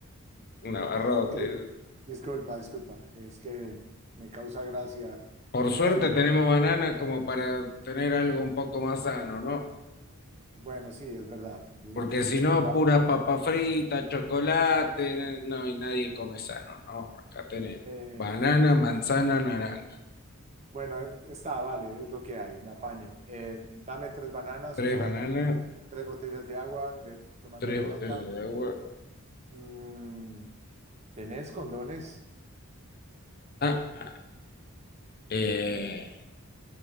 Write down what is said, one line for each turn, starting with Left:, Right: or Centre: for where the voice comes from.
Left: un abarrote.
Right: Ok, disculpa, disculpa. Es que me causa gracia.
Left: Por suerte
Right: Está bien,
Left: tenemos
Right: disculpa.
Left: banana como para tener algo un poco más sano, ¿no?
Right: Bueno, sí, es verdad. Di-
Left: Porque
Right: que- Ah, Disculpa.
Left: si no, puras papas fritas, chocolate, no, y nadie come sano, no, acá tenemos
Right: Eh,
Left: banana,
Right: sí.
Left: manzana, naranja,
Right: Bueno, eh, está, vale, es lo que hay, me apaño. Eh, dame tres bananas,
Left: tres
Right: o sea,
Left: bananas,
Right: te- tres botellas de agua, ve tomando
Left: tres
Right: ahí
Left: botellas
Right: nota.
Left: de agua.
Right: Mm, tenés condones,
Left: Ah, ah, eh,